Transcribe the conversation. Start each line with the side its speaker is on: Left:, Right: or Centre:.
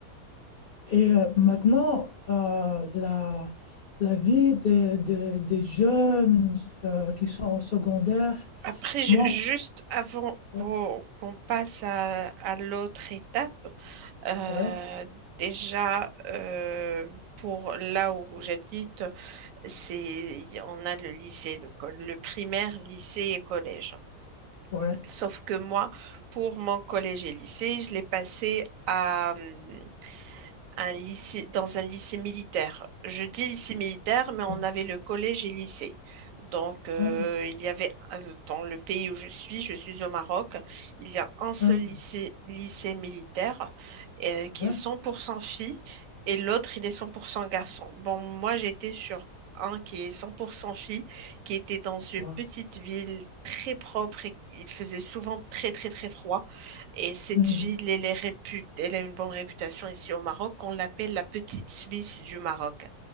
Left: Et euh, maintenant, euh, la, la vie des, des- des jeunes euh, qui sont au secondaire,
Right: Après, ju-
Left: moi,
Right: juste avant
Left: ouais,
Right: qu'on qu'on passe à, à l'autre étape, euh,
Left: ouais,
Right: déjà euh, pour là où j'habite, c'est on a le lycée, le, col- le primaire, lycée et collège.
Left: ouais,
Right: Sauf que moi, pour mon collège et lycée, je l'ai passé à, hum, un lycée, dans un lycée militaire. Je dis lycée militaire, mais on
Left: bon,
Right: avait le collège et lycée. Donc, euh,
Left: hein,
Right: il y avait, euh, dans le pays où je suis, je suis au Maroc, il y a un seul
Left: hein,
Right: lycée, lycée militaire euh, qui
Left: ouais,
Right: est 100% filles et l'autre, il est 100% garçons Bon, moi, j'étais sur un qui est 100% filles, qui était dans une
Left: ouais,
Right: petite ville très propre et il faisait souvent très, très, très froid. Et cette
Left: mhm,
Right: ville, elle est répu- elle a une bonne réputation ici au Maroc. On l'appelle la petite Suisse du Maroc